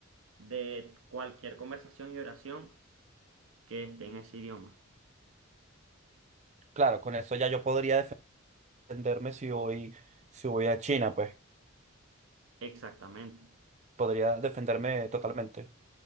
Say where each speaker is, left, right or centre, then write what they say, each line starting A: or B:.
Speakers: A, on the right; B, on the right.
A: de cualquier conversación y oración que esté en ese idioma.
B: Claro, con eso ya yo podría defenderme si voy, si voy a China, pues
A: Exactamente.
B: podría defenderme totalmente.